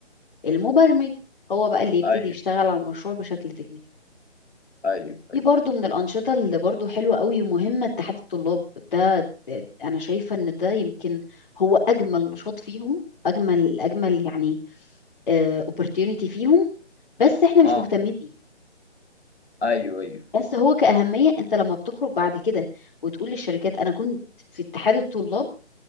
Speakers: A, on the left (about 45°); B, on the left (about 65°).
A: المبرمج هو بقى اللي يبتدي
B: ايوه
A: يشتغل على المشروع بشكل تكنيكال
B: ايوه
A: في
B: ايوه
A: برضو من الأنشطة اللي برضو حلوة قوي ومهمة اتحاد الطلاب ده, ده أنا شايفة إن ده يمكن هو أجمل نشاط فيهم أجمل أجمل يعني آه opportunity فيهم بس إحنا
B: اه
A: مش مهتمين بيه
B: ايوه ايوه
A: بس هو كأهمية أنت لما بتخرج بعد كده وتقول للشركات أنا كنت في اتحاد الطلاب